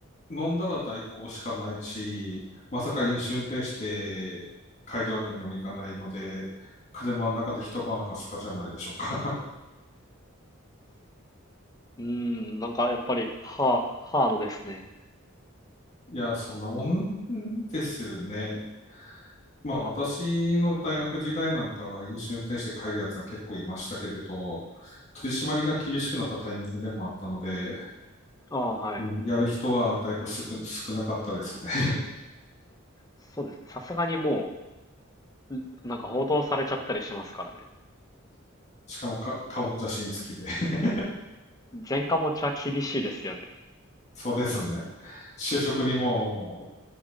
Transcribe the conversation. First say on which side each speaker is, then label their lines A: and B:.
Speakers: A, on the left; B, on the left.
A: う飲んだら代行しかないし、まさか飲酒運転して帰るわけにもいかないので、車の中で一晩明かすかじゃないでしょうか。
B: うーん、なんかやっぱり、ハー、ハードですね。
A: <laughs> いや、そんなもんですよね。まあ私の大学時代なんかは飲酒運転して帰るやつは結構いましたけれど、取り締まりが厳しくなったタイミングでもあったので、
B: ああ、はい。
A: うん、やる人はだいぶ少、少なかったですね。
B: そうですね。さすがにもう、なんか報道されちゃったりしますからね。
A: <laughs> しかもか顔写真付きで。<laughs>
B: 前科持ちは厳しいですよね。
A: そうですね。就職にも